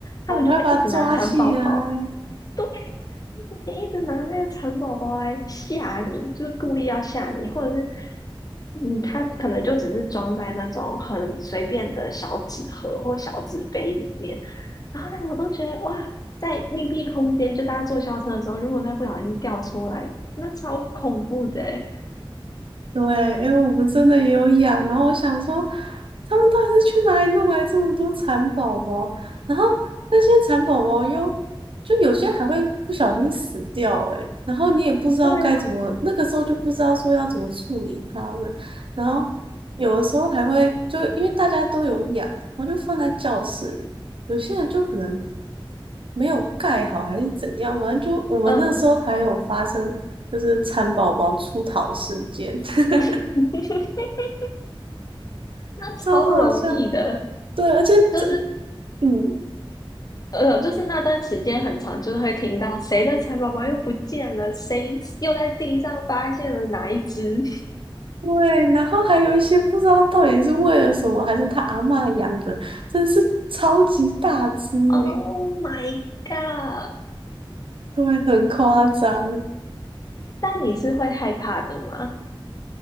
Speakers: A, on the right; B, on the left.
A: 我快把他抓起来！
B: 他们就会一直拿蚕宝宝，对，就一直拿那个蚕宝宝来吓你，就是故意要吓你，或者是嗯，他可能就只是装在那种很随便的小纸盒或小纸杯里面，然后那个我都觉得哇，在密闭空间，就大家坐校车的时候，如果那不小心掉出来，那超恐怖的欸。
A: 对，因为我们真的也有养，然后我想说，他们到底是去哪里弄来这么多蚕宝宝？然后那些蚕宝宝又，就有些还会不小心死掉、欸，诶，然后你也不知道该怎么，
B: 对啊，
A: 那个时候就不知道说要怎么处理它们，然后有的时候还会就因为大家都有养，然后就放在教室里，有些人就可能没有盖好还是怎样，反正就我们那时候还有发生就是蚕宝宝出逃事件。
B: 嗯，
A: <laughs>
B: <laughs> 那超容易的，
A: 超好笑。对，而且这，
B: 就是
A: 嗯，
B: 呃，就是那段时间很长，就是会听到谁的蚕宝宝又不见了，谁又在地上发现了哪一只。<laughs>
A: 对，然后还有一些不知道到底是为了什么，还是他阿嬷养的，真是超级大只诶，
B: Oh my god！
A: 对，很夸张。
B: 但你是会害怕的吗？